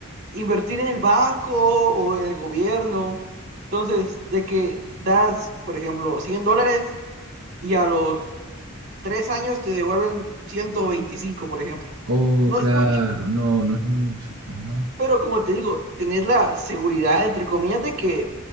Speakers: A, on the right; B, on the right.
A: invertir en el banco o en el gobierno. Entonces, de que das, por ejemplo, 100 dólares y a los tres años te devuelven 125, por ejemplo.
B: Oh,
A: No
B: claro,
A: es mucho,
B: no, no es mucho, pues no.
A: pero como te digo, tenés la seguridad, entre comillas, de que